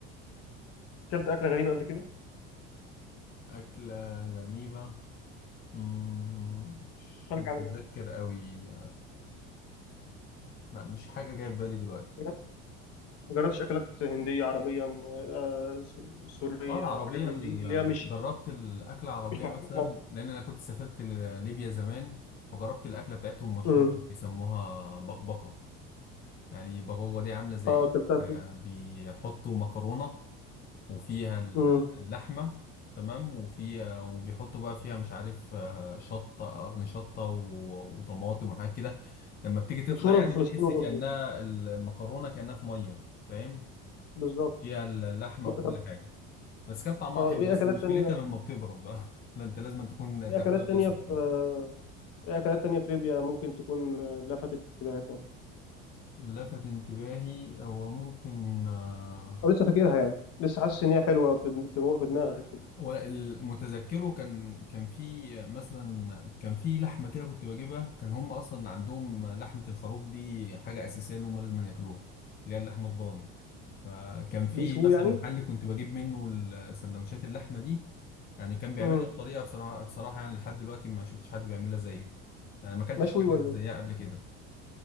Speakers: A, on the left; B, on the left.
A: اكلت اكله غريبه قبل كده
B: أكلة غريبة مم، مش
A: خارج
B: متذكر
A: عن المألوف
B: قوي لا مش حاجة جاية في بالي دلوقتي
A: جربت ما جربتش اكلات هنديه عربيه م- آه، سو- سوريه
B: اه العربية
A: حاجات من
B: ال-
A: دي اللي هي مش
B: جربت الأكلة العربية
A: مش محطوطه
B: مثلا
A: في مصر
B: لأن أنا كنت سافرت ل- ليبيا زمان فجربت الأكلة بتاعتهم مشهورة
A: امم
B: بيسموها بقبقة يعني بقبقة دي عاملة زي
A: اه
B: إيه؟
A: اكلتها
B: آه،
A: في
B: بيحطوا مكرونة وفيها ال-
A: امم
B: اللحمة تمام وفيها وبيحطوا بقى فيها مش عارف آه، شطة قرن شطة و- وطماطم وحاجات كده لما بتيجي تطلع
A: مشهوره
B: يعني
A: في فلسطين
B: بتحس
A: والاردن
B: كأنها ال- المكرونة كأنها في مية فاهم
A: بالظبط
B: فيها اللحمة
A: ما-
B: وكل
A: طب
B: حاجة بس كانت طعمها
A: اه
B: حلو
A: ايه
B: بس
A: اكلات
B: مشكلتها
A: تانية
B: لما بتبرد بقى <laughs> لا انت لازم تكون
A: ايه
B: تاكلها
A: اكلات تانية
B: وهي سخنه
A: في آه، ايه اكلات تانية في ليبيا ممكن تكون آه، لفتت انتباهك يعني
B: لفت انتباهي هو ممكن آه،
A: او لسه فاكرها يعني لسه حاسس ان هي حلوه في دم- في مو- في دماغك كده
B: هو المتذكره كان كان في مثلا كان في لحمه كده كنت بجيبها كان هم اصلا عندهم لحمه الخروف دي حاجه اساسيه اللي هم لازم ياكلوها اللي هي اللحمه الضاني فكان في
A: بيشوي
B: مثلا
A: يعني
B: محل كنت بجيب منه ال- سندوتشات اللحمه دي يعني كان بيعملها
A: امم
B: بطريقه بصراحه بصراحه يعني لحد دلوقتي ما شفتش حد بيعملها زيه يعني ما اكلتش
A: مشوي
B: حاجه
A: ولا
B: زيها
A: إيه؟
B: قبل كده